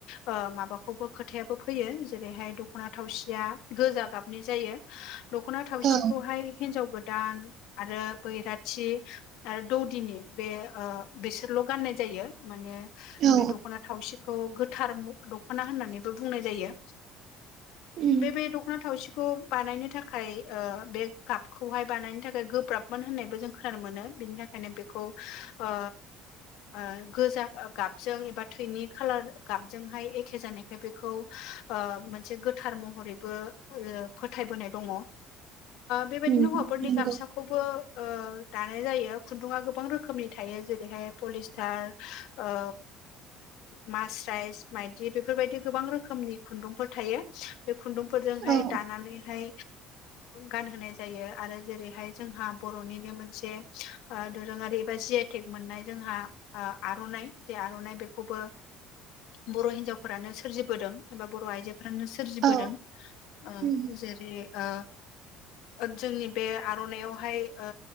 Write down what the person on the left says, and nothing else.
ओ माबाखौबो खोथायाबो फैयो जेरैहाय दख'ना थावसिया गोजा गाबनि जायो दख'ना थावसिखौहाय
हिनजाव गोदान आरो बैराथि आरो दौदिनि बे बिसोरल' गाननाय जायो माने
बे दख'ना थावसिखौ गोथार दख'ना होननानैबो बुंनाय जायो
बे दख'ना थावसि खौ बानायनो थाखाय बे गाबखौहाय बानायनो थाखाय गोब्राबमोन होननायबो जों खोनानो मोनो बेनि खायनो बेखौ अ ओ गोजा गाबजों एबा थैनि खालार गाबजोंहाय एखे जानायखाय बेखौ ओ मोनसे गोथार महरैबो आरो फोथायबोनाय दङ बेबायदिनो
हौवाफोरनि
गामसा खौबो दानाय जायो खुन्दुङा गोबां रोखोमनि थायो जेरैहाय पलिस्टार ओ मास्राइस माइदि बेफोरबायदि गोबां रोखोमनि खुन्दुंफोर थायो बे खुन्दुं फोरजोंहाय
दानानैहाय गानहोनाय जायो आरो जेरैहाय जोंहा बर'निनो मोनसे दोरोङारि एबा जि आइ तेग मोननाय जोंना आर'नाय बे खौबो बर' हिनजावफोरानो सोरजिबोदों एबा बर' आइजोफोरानो सोरजिबोदों
ओ
जेरै ओ जोंनि बे आर'नायावहाय ओ